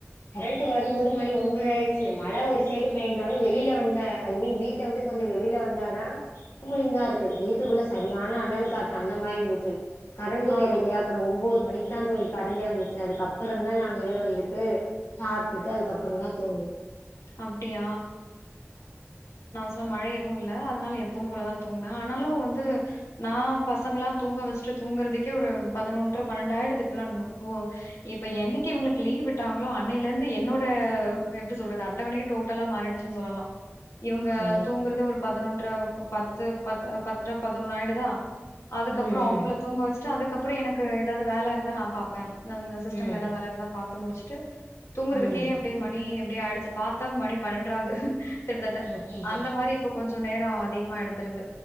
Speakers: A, on the left (about 65°); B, on the left (about 80°).
A: கரண்ட்டு வரும்போது மணி ஒன்பதாயிருச்சு மழ ஒரு சைடு பெய்ஞ்சாலு வெளியில வந்த ஐ மீன் வீட்டவுட்டு கொஞ்ச வெளியில வந்தாதா கூலிங்கா இருக்கு வீட்டுக்குள்ள சரியான அனல் காத்து அந்த மாரி இருந்துச்சு கரண்ட்டு வேற
B: ஆமா
A: இல்லயா அப்புற ஒம் போது மணிக்கு தா தோழி கரண்டே வந்துச்சு அதுக்கப்றந்தா நாங்களே வந்துட்டு சாப்ட்டுட்டு அதுக்கப்றதா தூங்குனோ
B: அப்டியா? இப்ப மழ எதுவு இல்ல அதுனால எப்பவும் போலதா தூங்குனே ஆனாலு வந்து நா பசங்கலா தூங்க வச்சுட்டு தூங்குறதுக்கே ஒரு பதுனொன்ற பனெண்டாயிடுது இப்பல்லா தூ இப்ப என்னைக்கு இவங்களுக்கு லீவ் விட்டாங்களோ அன்னையில இருந்து என்னோட எப்டி சொல்றது அட் டவணையே டோட்டலா மாறிட்ச்சின் சொல்லலா இவங்க
A: ஓ
B: தூங்குறது ஒரு பதுனொன்ற பத்து பத் பத்ற பதுனொன்னு ஆயிடுதா அதுக்கப்புற
A: ம்
B: அவ்ங்கள
A: ம்
B: தூங்க வச்சுட் டு அதுக்கப்ற எனக்கு ஏதாவது வேலை இருந்தா நா பாப்பே அந்தந்த சிஸ்டம்ல
A: ம்
B: எதா வேல இருந்தா பாத் து முடிச்ட்டு தூங்குறதுக்கே
A: ம்
B: அப்டியே மணி அப்டியே ஆய்டுதுப் பாத்தா மணி பனென்ட்ராவுது கிட்டதட்ட
A: அச்சச்சோ
B: அந்த மாரி இப்ப கொஞ்ச நேர அதிகமாய்டுது த்துறது